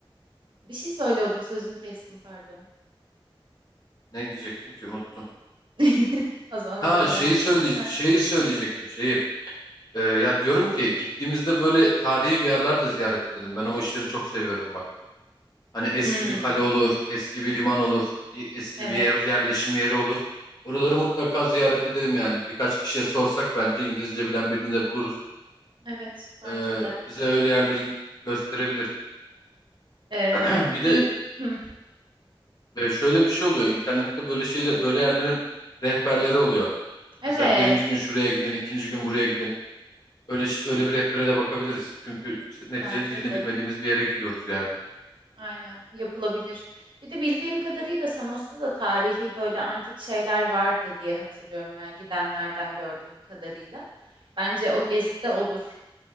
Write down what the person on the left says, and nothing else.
Ne diyecektim ki unuttum.
Ha
şeyi söyle
şeyi söyleyecektim şeyi. Ee, ya diyorum ki gittiğimizde böyle tarihi bir yerler de ziyaret edelim. Ben o işleri çok seviyorum bak. Hani eski
bir kale olur, eski bir liman olur, bir eski
bir yer- yerleşim yeri olur. Oraları mutlaka ziyaret edelim yani. Birkaç kişiye sorsak bence İngilizce bilen birini de buluruz.
Ee,
bize öyle yerleri gösterebilir.
<clears throat> Bir de
e, şöyle bir şey oluyor. İnternette böyle şeyler, böyle yerlerin rehberleri oluyor.
Mesela birinci gün şuraya gidin, ikinci gün buraya gidin. Öyle ş- öyle bir rehbere de bakabiliriz. Çünkü neticede
dilini
bilmediğimiz bir yere gidiyoruz yani.